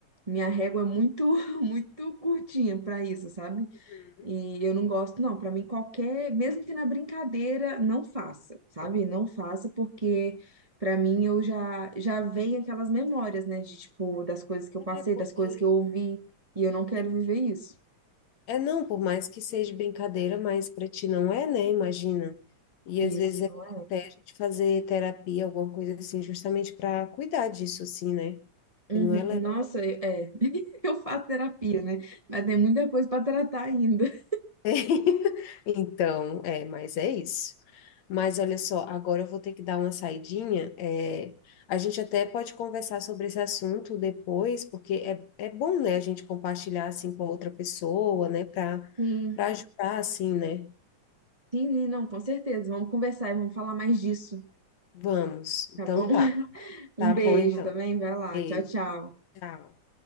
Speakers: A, on the right (about 60°); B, on the left (about 65°).
A: Minha régua é muito, <laughs> muito curtinha pra isso, sabe?
B: Uhum.
A: E eu não gosto, não. Pra mim, qualquer, mesmo que na brincadeira, não faça, sabe? Não faça, porque pra mim eu já já vem aquelas memórias, né? De tipo, das coisas que eu passei,
B: É porque
A: das coisas que eu ouvi, e eu não quero
B: que-
A: viver
B: tu-
A: isso.
B: é não, por mais que seja brincadeira, mas para ti não é, né? Imagina. E
A: Isso.
B: às vezes é até a gente fazer terapia, alguma coisa assim, justamente para cuidar disso, assim, né?
A: Uhum.
B: E não é legal.
A: Nossa, eu- é. <laughs> Eu faço terapia, né? Mas tem muita coisa pra tratar ainda. <laughs>
B: <laughs> Então, é, mas é isso. Mas olha só, agora eu vou ter que dar uma saidinha. é, a gente até pode conversar sobre esse assunto depois, porque é, é bom, né, a gente compartilhar assim com outra pessoa, né, para
A: Sim,
B: para ajudar assim, né?
A: sim, não, com certeza. Vamos conversar e vamos falar mais disso,
B: Vamos. Então
A: tá bom?
B: tá.
A: Um
B: Tá
A: beijo
B: bom então.
A: também, vai lá.
B: Ei,
A: Tchau, tchau.
B: tchau.